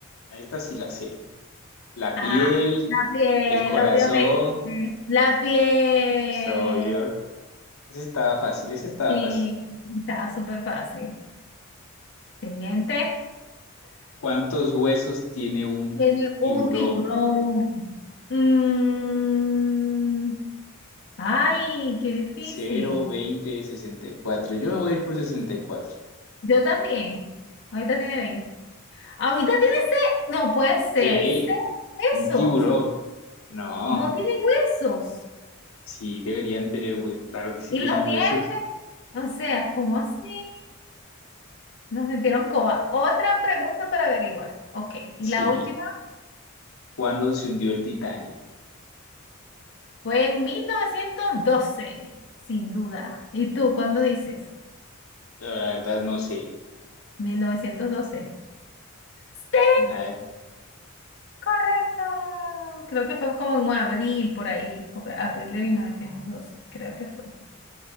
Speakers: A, on the left (about 80°); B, on the left (about 55°).
A: Esta sí la sé. La
B: Ah,
A: piel,
B: la piel,
A: el corazón,
B: obviamente. La piel.
A: soy yo. Ese estaba fácil, ese estaba
B: Sí,
A: fácil.
B: estaba súper fácil. Siguiente.
A: ¿Cuántos huesos tiene un
B: Viene
A: tiburón?
B: un tiburón. Mm, ay, qué difícil.
A: Cero, veinte, sesenta y cuatro. Yo me voy a ir por 64.
B: Yo también. Ahorita tiene veinte Ahorita tiene seis. No puede ser.
A: ¿Qué?
B: Seis huesos.
A: ¿Un tiburón? No,
B: No tiene huesos.
A: sí, deberían tener huesos. Claro que sí
B: Y
A: tienen
B: los dientes.
A: huesos.
B: O sea, ¿cómo así? Nos metieron coba. Otra pregunta para averiguar. Ok, y
A: Sí.
B: la última
A: ¿Cuándo se hundió el Titanic?
B: fue en 1912, sin duda. ¿Y tú cuándo dices?
A: No, La verdad no sé.
B: mil novecientos doce? Sí,
A: Nada.
B: correcto. Creo que fue como en abril, por ahí, o por- abril de 1912. creo que fue.